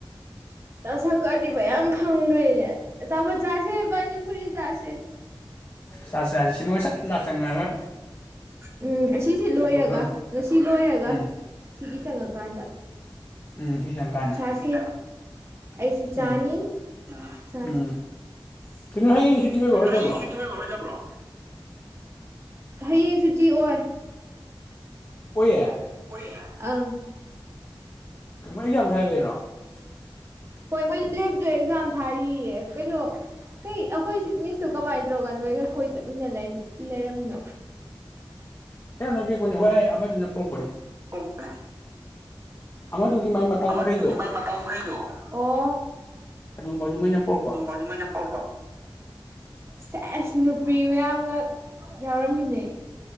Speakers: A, on the right; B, on the left.
A: ꯗꯥ ꯁꯪꯀꯔꯗꯤ ꯃꯌꯝ ꯈꯪ ꯅꯔꯦꯅꯦ ꯑꯆꯥꯄꯣꯠ ꯆꯥꯁꯦ ꯄꯅꯤꯄꯨꯔꯤ ꯆꯥꯁꯦ
B: ꯆꯥꯁꯦ ꯆꯥꯁꯦ ꯁꯤꯃꯒ ꯁꯠ ꯂꯥ ꯆꯪꯉꯥꯒ
A: ꯎꯝ ꯑꯁꯤꯁꯦ
B: ꯆꯥꯊꯣꯛꯑꯗꯧꯅꯤ
A: ꯂꯣꯏꯔꯒ ꯉꯁꯤ ꯂꯣꯏꯔꯒ
B: ꯎꯝ
A: ꯁꯤꯒꯤ ꯆꯪꯉꯀꯥꯟꯗ
B: ꯎꯝ ꯁꯤ ꯆꯪꯀꯥꯟꯗ
A: ꯆꯥꯁꯦ ꯑꯩꯁꯨ ꯆꯥꯅꯤ
B: ꯎꯝ
A: ꯎꯝ ꯆꯥꯁꯦ
B: ꯎꯝ ꯀꯩꯅꯣ ꯍꯌꯦꯡ ꯁꯨꯇꯤ ꯑꯣꯏꯕ꯭ꯔꯣ
A: ꯀꯩꯅꯣ
B: ꯑꯣꯏꯗꯕ꯭ꯔꯣ
A: ꯍꯌꯦꯡ ꯁꯨꯇꯤ ꯑꯣꯏꯕ꯭ꯔꯣ ꯑꯣꯏꯗꯕ꯭ꯔꯣ ꯍꯌꯦꯡ ꯁꯨꯇꯤ ꯑꯣꯏ
B: ꯑꯣꯏꯌꯦ
A: ꯑꯣꯏꯌꯦ ꯎꯝ
B: <unintelligible>
A: ꯍꯣꯏ ꯃꯣꯏ ꯂꯦꯞꯇꯣ ꯑꯦꯛꯖꯥꯝ ꯊꯥꯔꯤꯌꯦ ꯀꯩꯅꯣ ꯀꯩ ꯑꯩꯈꯣꯏ ꯃꯤꯁꯇꯣ ꯀꯃꯥꯏꯅ ꯇꯧꯔꯒ ꯅꯣꯏꯒ ꯀꯣꯏ ꯆꯠꯃꯤꯟꯅ ꯂꯩꯔꯝꯃꯤꯅꯣ꯫
B: ꯅꯄꯤꯅꯤ ꯑꯩꯈꯣꯏ ꯑꯃꯗꯨꯅ ꯄꯨꯔꯛꯄꯅꯦ
A: <inaudible>
B: ꯑꯃꯗꯨꯒꯤ ꯃꯥꯏ ꯃꯇꯥꯎ
A: ꯑꯃꯗꯨꯒꯤ
B: ꯃꯈꯩꯗꯣ
A: ꯃꯥꯏ ꯃꯇꯥꯎ ꯃꯈꯩꯗꯣ ꯑꯣ
B: ꯑꯗꯨꯝ ꯑꯗꯨꯃꯥꯏꯅ ꯄꯣꯔꯛꯄ
A: ꯑꯗꯨꯃꯩꯅ ꯄꯨꯔꯛꯄ꯫ ꯁꯦꯖ ꯅꯨꯄꯤ ꯃꯌꯥꯝꯒ ꯌꯥꯎꯔꯝꯃꯤꯅꯦ꯫